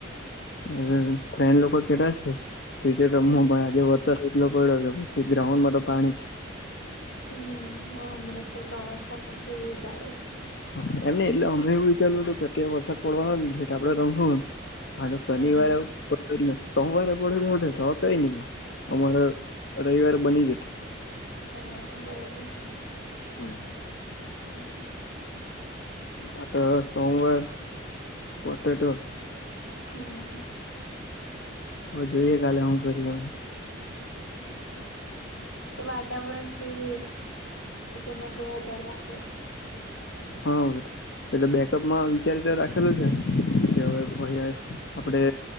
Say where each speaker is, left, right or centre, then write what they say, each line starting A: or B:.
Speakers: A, on the left; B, on the left.
A: હમ્મ ફ્રેન્ડ લોકો કેતા છે ક્રિકેટ રમવું
B: હમ
A: પણ આજે વરસાદ એટલો પયાડો કે પછી ગ્રાઉન્ડમાં તો પાણી જ
B: હમ્મ હ અમનેં તો ચોમાસામાં તો એવુજ આવે
A: હા, એમ ની એટલે અમે એવું વિચારવું હતું કે વરસાદ પડવાનો નથી આપડે રમહું એમ આનું શનિવારે
B: હમ
A: પકડ એટલે સોમવારે પડેલ હોતે ટો કઈ ની અમારા રવિવાર બની જતે
B: હા, બરાબર.
A: હમ્મ
B: હમ્મ
A: આ તો સોમવાર પોટેટો
B: હમ્મ
A: જોઈએ કાલે હું કરીએ એમ.
B: હમ તો વાતાવરણ કેવુંય. એના પર આધાર રાખે
A: હા હવે એટલે બેકઅપમાં વિચારી તો રાખેલું છે કે હવે <unintelligible> આપડે